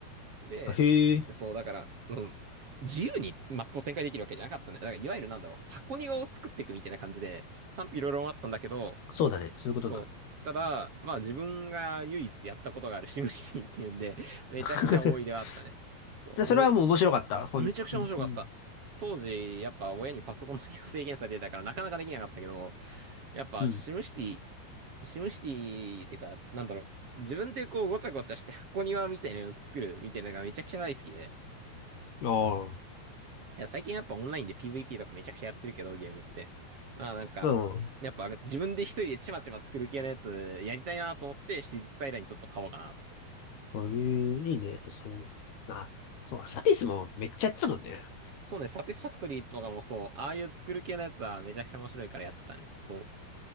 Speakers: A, on the right (about 40°); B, on the left (about 75°).
A: で、
B: あへえ。
A: そう、だから、うん、自由にマップを展開できるわけじゃなかったんで、だからいわゆるなんだろう、箱庭を作っていくみたいな感じで、賛否いろいろあったんだけど、
B: そうだね。そういうことになる。
A: そう、ただ、まあ自分が唯一やったことがあるシムシティっていうんで、めちゃくちゃ多いではあったね。
B: <laughs>
A: そう、
B: で、それはもう面白かった。
A: おめ、
B: ほん、
A: めちゃくちゃ面白かった。
B: うん。
A: 当時、やっぱ親にパソコンの利用制限されてたからなかなかできなかったけど、やっぱシムシテ
B: うん。
A: ィ、シムシティってか、なんだろう、自分でこうごちゃごちゃして箱庭みたいなの作るみたいなのがめちゃくちゃ大好きで、
B: ああ。
A: いや、最近やっぱオンラインで PVP とかめちゃくちゃやってるけど、ゲームって。まあなんか、
B: うん。
A: やっぱ自分で一人でちまちま作る系のやつやりたいなと思ってシティーズスカイラインちょっと買おうかなって。
B: そういう、いいね。そういうの。まあ、そう、サティスもめっちゃやってたもんね。
A: そうね、サティスファクトリーとかもそう、ああいう作る系のやつはめちゃくちゃ面白いからやってたね。そ